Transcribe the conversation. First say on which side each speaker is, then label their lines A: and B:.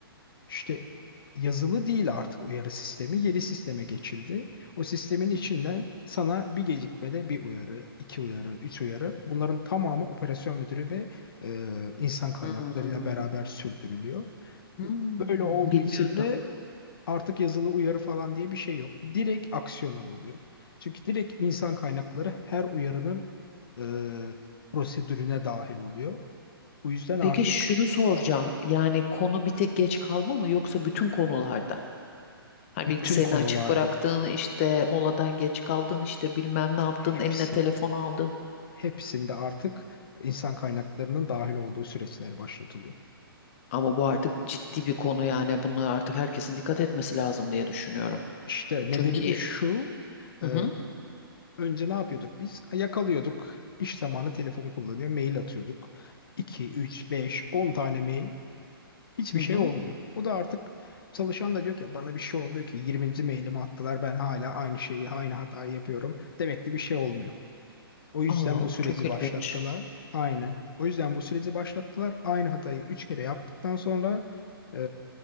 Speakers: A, on the left; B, on the left.
A: işte yazılı değil artık uyarı sistemi, yeni sisteme geçildi. O sistemin içinden sana bir gecikmede bir uyarı, iki uyarı, üç uyarı. Bunların tamamı operasyon müdürü ve e, insan kaynaklarıyla
B: Hmm.
A: beraber sürdürülüyor.
B: Hmm,
A: Böyle olduğu
B: bilmiyordum.
A: için de Artık yazılı uyarı falan diye bir şey yok. Direkt aksiyon alınıyor. Çünkü direkt insan kaynakları her uyarının e, prosedürüne dahil oluyor. Bu yüzden
B: Peki
A: artık
B: şunu soracağım. Yani konu bir tek geç kalma mı yoksa bütün konularda? Hani
A: bütün
B: bilgisayarını
A: konularda
B: açık bıraktığın, işte moladan geç kaldın, işte bilmem ne yaptın,
A: hepsi,
B: eline telefon aldın.
A: hepsinde artık insan kaynaklarının dahil olduğu süreçler başlatılıyor.
B: Ama bu artık ciddi bir konu yani. Bunlara artık herkesin dikkat etmesi lazım diye düşünüyorum.
A: İşte nedeni
B: Çünkü
A: de şu,
B: Hı
A: e,
B: hı,
A: önce ne yapıyorduk biz? Yakalıyorduk, İş zamanı telefon kullanıyor, mail atıyorduk. 2, 3, 5, 10 tane mail Hiçbir
B: hı
A: şey
B: hı.
A: olmuyor. O da artık çalışan da diyor ki bana bir şey olmuyor ki 20. mailimi attılar ben hala aynı şeyi aynı hatayı yapıyorum. Demek ki bir şey olmuyor. O yüzden
B: Allah Allah
A: bu süreci
B: çok ilginç.
A: başlattılar. Aynen. O yüzden bu süreci başlattılar. Aynı hatayı 3 kere yaptıktan sonra e,